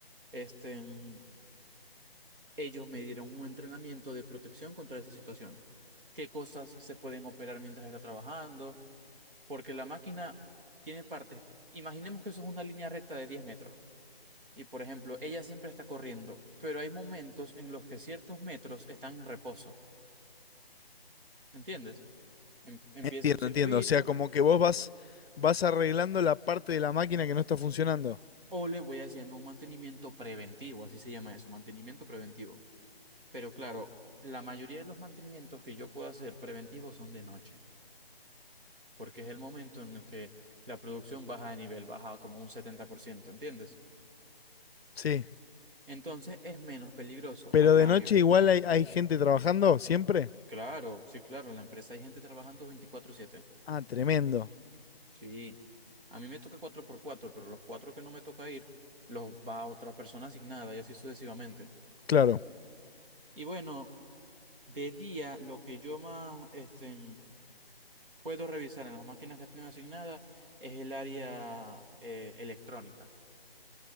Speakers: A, on the right; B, on the left.
A: Este, mm, ellos me dieron un entrenamiento de protección contra esas situaciones. ¿Qué cosas se pueden operar mientras está trabajando? Porque la máquina tiene partes. que- imaginemos que eso es una línea recta de 10 metros. Y por ejemplo, ella siempre está corriendo, pero hay momentos en los que ciertos metros están en reposo, ¿entiendes? em- empieza
B: Entiendo,
A: un circuito
B: entiendo. O sea, como que vos vas, vas arreglando la parte de la máquina que no está funcionando.
A: o le voy haciendo un mantenimiento preventivo, así se llama eso, mantenimiento preventivo. Pero claro, la mayoría de los mantenimientos que yo puedo hacer preventivos son de noche, porque es el momento en el que la producción baja de nivel, baja como un setenta por ciento ¿entiendes?
B: Sí.
A: Entonces es menos peligroso
B: Pero
A: a cambio.
B: de noche igual hay, hay gente trabajando siempre.
A: Claro, sí, claro, en la empresa hay gente trabajando veinticuatro siete
B: Ah, tremendo.
A: Sí, a mí me toca cuatro por cuatro pero los cuatro que no me toca ir, los va otra persona asignada y así sucesivamente.
B: Claro,
A: Y bueno, De día, lo que yo más este, puedo revisar en las máquinas que tengo asignadas es el área eh, electrónica.